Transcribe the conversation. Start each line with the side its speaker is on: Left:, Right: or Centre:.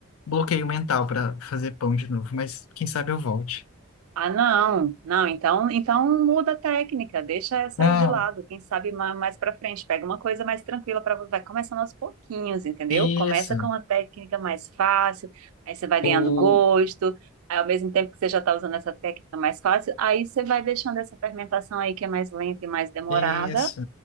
Left: bloqueio mental para fazer pão de novo, mas quem sabe eu volte.
Right: Ah, não, não, então, então muda a técnica, deixa essa
Left: Ah.
Right: aí de lado, quem sabe ma- mais pra frente, pega uma coisa mais tranquila para vai começando aos pouquinhos, entendeu?
Left: Isso.
Right: Começa com uma técnica mais fácil, aí você vai
Left: O...
Right: ganhando gosto, aí ao mesmo tempo que você já tá usando essa técnica mais fácil, aí você vai deixando essa fermentação aí que é mais lenta e mais demorada,
Left: Isso.